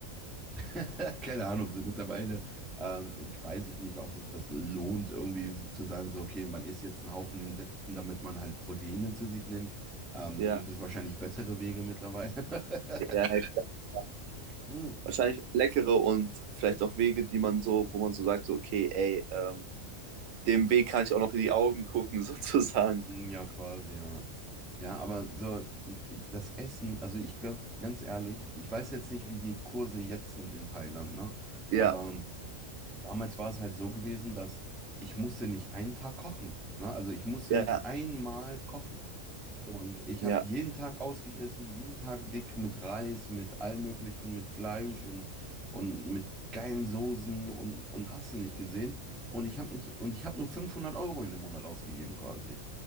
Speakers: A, in the centre; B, on the right.
A: <laughs> Keine Ahnung, so mittlerweile, ähm, ich weiß ich nicht, ob sich das lohnt, irgendwie so zu sagen, so, okay, man isst jetzt einen Haufen Insekten, damit man halt Proteine zu sich nimmt. Ähm,
B: Ja,
A: da gibt es wahrscheinlich bessere Wege mittlerweile. <laughs>
B: ja, ja, klar.
A: Mm,
B: Wahrscheinlich leckere und vielleicht auch Wege, die man so, wo man so sagt, so, okay, ey, ähm, dem Weg kann ich auch noch in die Augen gucken, <laughs> sozusagen.
A: mm, Ja, quasi, ja. Ja, aber so, ich- ich- das Essen, also ich glaube, ganz ehrlich, ich weiß jetzt nicht, wie die Kurse jetzt sind in Thailand, ne?
B: Ja,
A: Aber damals war es halt so gewesen, dass ich musste nicht einen Tag kochen, ne? Also ich musste
B: ja,
A: nicht einmal kochen. Und ich
B: ja.
A: habe jeden Tag ausgegessen, jeden Tag dick mit Reis, mit allem Möglichen, mit Fleisch und, und mit geilen Soßen und, und hast du nicht gesehen. Und ich habe nicht, und ich habe nur 500 Euro in dem Monat ausgegeben quasi.